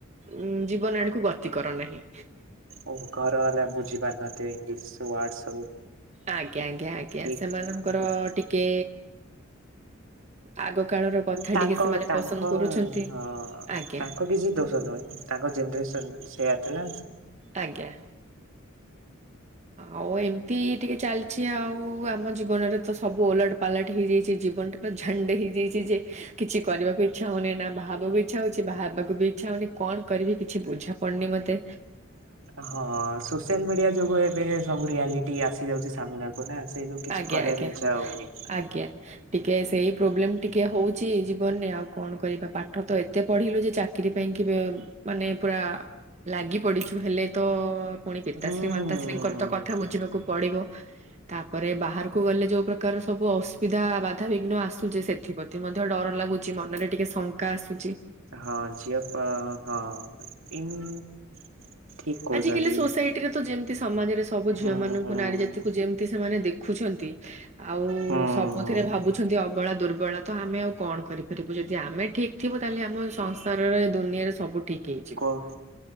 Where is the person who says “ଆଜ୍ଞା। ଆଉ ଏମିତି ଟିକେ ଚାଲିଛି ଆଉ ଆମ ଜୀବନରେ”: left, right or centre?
Right